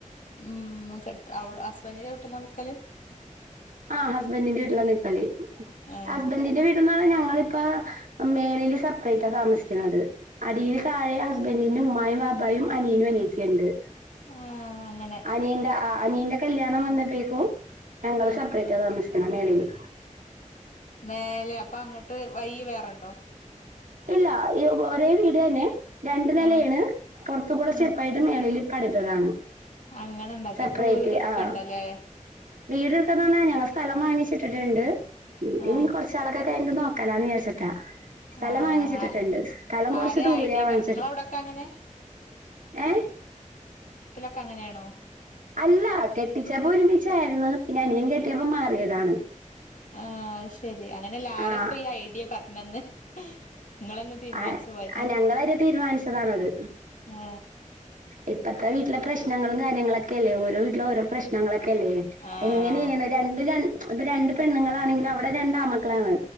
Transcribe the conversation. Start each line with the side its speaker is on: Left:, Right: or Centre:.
Left: ഉം കെ അവി ഹസ്ബെൻ്റിൻ്റെ വീട്ടില നിക്കല് ഉ
Right: ആഹ് ഹസ്ബൻഡിന്റെ ഇീട്ടില നിക്കളി
Left: ഏഹ്
Right: ഹസ്ബൻഡറിന്റെ വീട്ടിൽന്ന ഞങ്ങള്ൾ പ്പ മേളൽ സെപ്പറേറ്റാ താമസിക്കുന്നത് അടിയിൽ താഴെ ഹസ്ബെന്റിന്റെ ഉമ്മായും ബാപ്പായും അനിയനും അനിയത്തി ഉണ്ട്
Left: ആഹ് അങ്ങനെ
Right: അനിയന്റെ ആ അനിയന്റെ കല്യാണം വന്നപ്പഴേക്കും ഞങ്ങൾ
Left: ഉം
Right: സ താമസിക്കണ മേലെന്ന്
Left: മേലെ അപ്പൊ അങ്ങട്ട് വൈ വേറണ്ടോ
Right: ഇല്ല ഈ ഒരേ വീട് തന്നെ. രണ്ട് നലേണ്
Left: ആഹ്
Right: പൊർത്ത്കൂടെ ചെപ്പായിട്ട്
Left: ആഹ്
Right: മേലയിൽ പട്തതാണ്
Left: അങ്ങനെ ഇണ്ടാക്കി
Right: സെപ്പറേറ്റ്
Left: അപ്പൊ വീട് ഇട്ക്കണ്ടല്ലേ
Right: ആഹ് വീട് എടുക്കുന്നന്നെ ഞങ്ങ സ്ഥലം വാങ്ങിച്ചിട് പ്രസിഡണ്ട് ഇ ഇനി
Left: ആഹ്
Right: കൊറച്ചാളൊക്കൊ കയിഞ്ഞിട്ട് നോ കല <unintelligible> ച്ചട്ടാ സ്ഥലം
Left: ആഹ്
Right: വാങ്ങിച്ചിട്ടിട്ടുണ്ട്, സ്ഥലം കൊറച്ച്
Left: ആരാ
Right: ദൂരെയാ
Left: ഐഡിയ
Right: വാങ്ങിച്ചിട്ട്
Left: പറഞ്ഞ് നിങ്ങള അവിടൊക്കെ അങ്ങനെ
Right: ഏ
Left: ക്ക അങ്ങനെയാണോ?
Right: അല്ല കെട്ടിച്ചപ്പോ ഒരുമിച്ചായിരുന്നു പിന്നെ അനിയൻ കെട്ടിയപ്പോ മാറിയതാണ്
Left: ആഹ് അയ്ശ <unintelligible> അങ്ങനെല്ല ആരാ
Right: ആഹ്
Left: ഇപ്പ ഈ ഐഡിയ പറഞ്ഞന്ന് നിങ്ങളെന്നാ തീരുമാനിച്ചു
Right: ആഹ്
Left: പോയതാ?
Right: ആഹ് ഞങ്ങളായിട്ട് തീരുമാനിച്ചതാണത്.
Left: ആ
Right: ഇപ്പത്തെ വീട്ടില പ്രശ്നങ്ങളും കാര്യങ്ങളൊക്കെ അല്ലേ ഓരോ വീട്ടിലും ഓരോ പ്രശ്നങ്ങളെ ക്കല്ലേ
Left: ആഹ്
Right: എങ്ങനെയാണ് രണ്ട് രണ് അത് രണ്ട് പെണ്ണുങ്ങളാണെങ്കിലും അവടെ രണ്ടാമക്കളാണ്